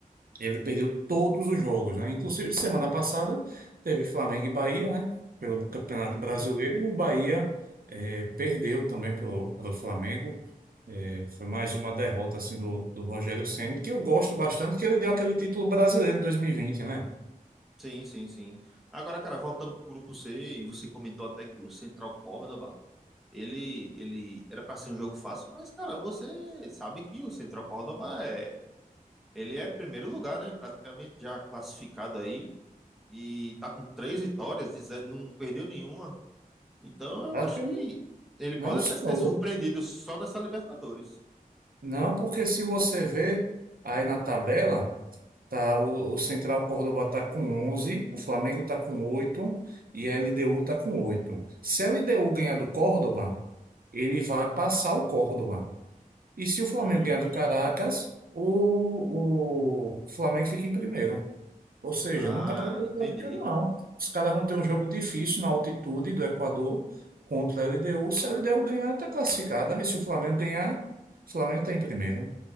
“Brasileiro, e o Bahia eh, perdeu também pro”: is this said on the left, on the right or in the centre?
Right